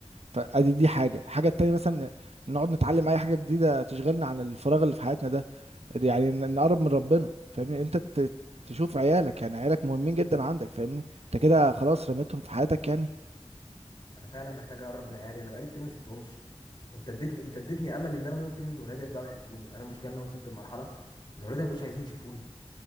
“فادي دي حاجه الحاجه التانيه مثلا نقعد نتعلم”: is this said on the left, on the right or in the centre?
Right